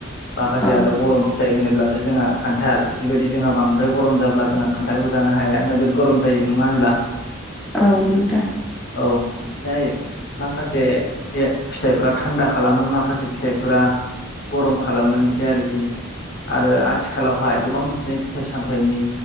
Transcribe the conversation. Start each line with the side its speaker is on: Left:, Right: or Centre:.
Left: माखासे
Centre: औ
Left: आरो गरम फिथाइ होनोब्लाथ' जोंहा खान्थाल जिबायदि जोंहा बांद्राय गरम जाब्ला जोंहा खान्थालखौ जानो हाया नोगोद गरम जायो नङा होनब्ला
Centre: औ- नोंथां
Left: औ- बिदिनायो माखासे फिथाइफोरा थान्दा खालामो माखासे फिथाइफोरा गरम खालामो बिदि आरोखि आरो आथिखालावहाय गोबां बिदिनो फिथाइ सामथाइनि